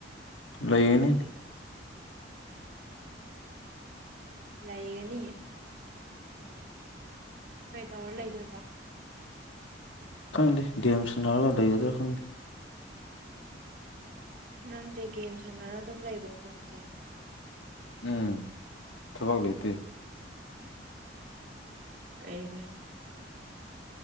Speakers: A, on the left; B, on the right.
A: ꯂꯣꯏꯅꯤ
B: ꯂꯩꯒꯅꯤꯌꯦ ꯀꯩ ꯇꯧꯔ ꯂꯩꯗꯣꯏꯕ
A: ꯈꯪꯗꯦ ꯒꯦꯦꯝꯁꯅꯥꯒ ꯂꯩꯒꯗ꯭ꯔꯥ ꯈꯪꯅꯤꯦ
B: ꯅꯪꯁꯦ ꯒꯦꯝ ꯁꯥꯟꯅꯔ ꯑꯗꯨꯝ ꯂꯩꯕ꯭ꯔꯣ ꯅꯪꯁꯦ
A: ꯎꯝ ꯊꯕꯛ ꯂꯩꯇꯦ
B: ꯀꯩꯒ